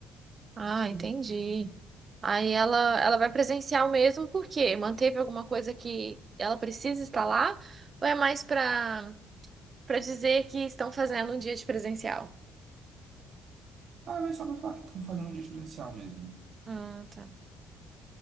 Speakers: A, on the right; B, on the right.
A: Ah, entendi. Aí ela, ela vai presencial mesmo, por quê? Manteve alguma coisa que ela precisa estar lá? Ou é mais para para dizer que estão fazendo um dia de presencial?
B: Ah, mas só pra falar que estão fazendo um dia de presencial mesmo.
A: Ah, tá.